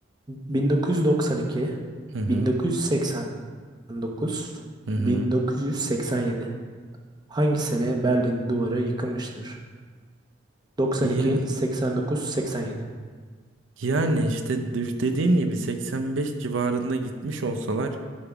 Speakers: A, on the right (about 20°); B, on the right (about 75°).
A: 1992,
B: Hı hı.
A: 1989,
B: Hı hı.
A: 1987. Hangi sene Berlin duvarı yıkılmıştır? 92,
B: Ya,
A: 89, 87.
B: yani işte düş- dediğim gibi 85 civarında gitmiş olsalar